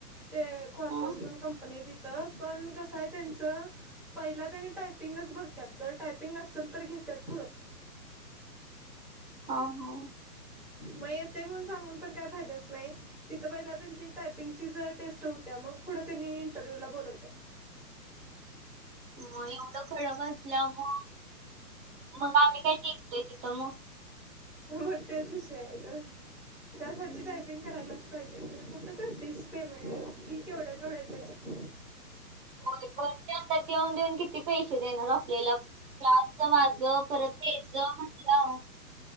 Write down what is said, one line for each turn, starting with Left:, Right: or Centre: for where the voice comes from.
Centre: ते कॉर्पस
Right: हा
Centre: म्हणून कंपनी ती थं पण कसं आहे त्यांचं? पहिला त्यांनी टायपिंगच बघतात जर टायपिंग असलं तर घेतात पुढं.
Right: हा हा.
Centre: म येते म्हणून सांगून पण काय फायदाच नाय. तिथं पहिला त्यांची टायपिंगचीच टेस्ट होत्या, मग पुढं त्यांनी इंटरव्ह्यू ला बोलव त्यात.
Right: म एवढं कडक असलंमूळ मग आमी काय टिकतोय तिथं मग.
Centre: ह म तेच विषय हाय गं. त्यासाठी
Right: हम्म.
Centre: टायपिंग करायलाच पाहिजे खरं कुठं करतेस पेमेंट फी केवढ्या केवढ्या त्याच्या
Right: हो घरचे आता देऊन देऊन किती पैसे देणार आपल्याला. क्लासचं माझं परत तेचं म्हटल्यावर.